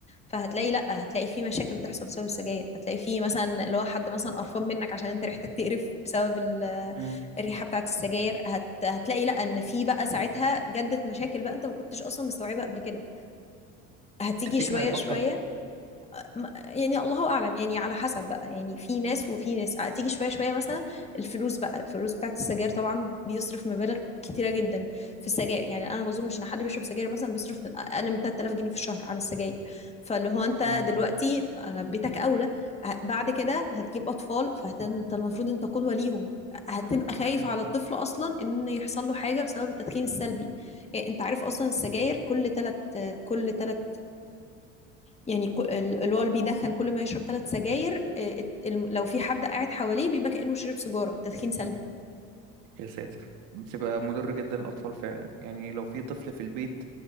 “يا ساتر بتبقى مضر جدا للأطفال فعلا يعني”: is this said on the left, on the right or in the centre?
Right